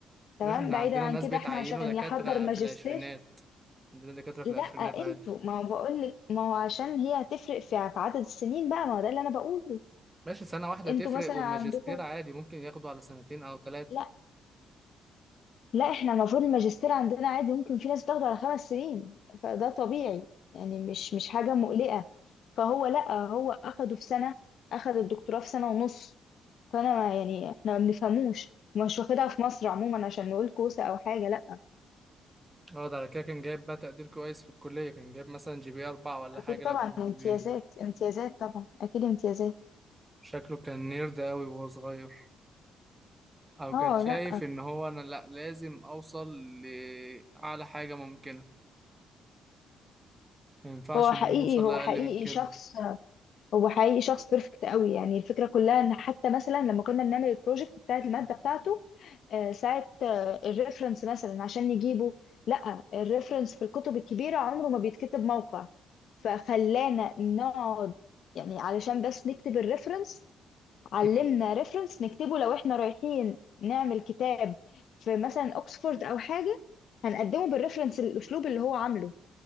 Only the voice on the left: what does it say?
تمام
بعيدا
عن
كده
احنا عشان
يحضر ماجستير
لا
انتوا
ما هو بقول لك ما هو عشان هي هتفرق في في عدد السنين بقى ما هو ده اللي انا بقوله
انتوا
مثلا
عندكم
لا لا احنا المفروض الماجستير عندنا عادي ممكن في ناس بتاخده على خمس سنين فده طبيعي يعني مش مش حاجة مقلقة فهو لا هو اخده في سنة اخد الدكتوراه في سنة ونص فانا ما- يعني احنا ما بنفهموش مش واخدها في مصر عموما عشان نقول كوسة او حاجة لا
اكيد
طبعا
امتيازات
امتيازات طبعا اكيد امتيازات
اه
لا
هو حقيقي
هو
حقيقي
شخص هو حقيقي شخص بيرفكت قوي يعني الفكرة كلها ان حتى مثلا لما كنا بنعمل البروجكت بتاعت المادة بتاعته آه، ساعة آه، الريفرنس مثلا عشان نجيبه لا الريفرنس في الكتب الكبيرة عمره ما بيتكتب موقع فخلانا نقعد يعني علشان بس نكتب الريفرنس علمنا
ريفرنس نكتبه لو احنا رايحين نعمل كتاب في مثلا اوكسفورد او حاجة هنقدمه بالريفرنس الاسلوب اللي هو عامله